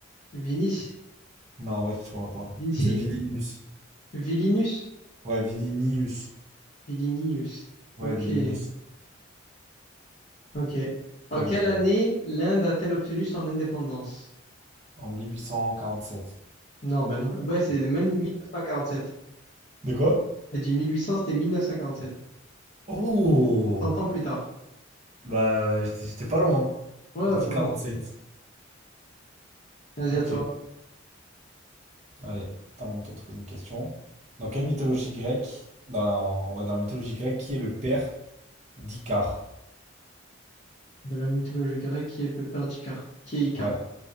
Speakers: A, on the left; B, on the right.
A: Vinis?
B: Non, en vrai, tu trouveras pas.
A: Vinci?
B: C'est Vilnius.
A: Vilinus?
B: Ouais, Vilnius.
A: Vilinius.
B: Ouais,
A: Ok.
B: Vilnius.
A: Ok. En
B: Ça,
A: quelle
B: tu-
A: année l'Inde a-t-elle obtenu son indépendance?
B: en 1847.
A: Non, ben non. Ben, c'est même 1947.
B: De quoi?
A: J'ai dit 1800, c'était 1947.
B: Oh!
A: 100 ans plus tard.
B: Bah, euh, j'étais j'étais pas loin.
A: Ouais,
B: J'ai
A: ouais,
B: dit
A: pas
B: 47.
A: loin. Vas-y,
B: Ok,
A: à toi.
B: allez, à mon tour de te poser une question. Dans quelle mythologie grecque, dans, ouais, dans la mythologie grecque, qui est le père d'Icare?
A: De la mythologie grecque, qui est le père d'Icare? Qui est Icare,
B: Ouais,